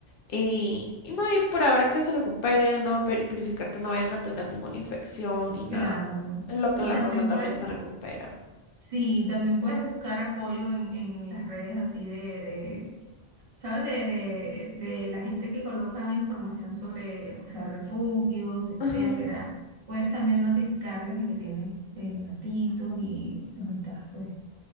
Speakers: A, on the left; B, on the right.
A: Y, y no, y por ahora que se recuperen, no Ver- verificar que no vayan a tener ninguna infección ni nada.
B: claro.
A: En lo que
B: Y
A: la
B: también
A: mamá también
B: puedes
A: se recupera.
B: Sí, también puedes buscar apoyo en, en las redes así de, de, ¿sabes? De, de, de la gente que coloca información sobre, o sea, refugios, etcétera.
A: Ajá,
B: Puedes también notificarles de que tienes eh, gatitos y los estás pues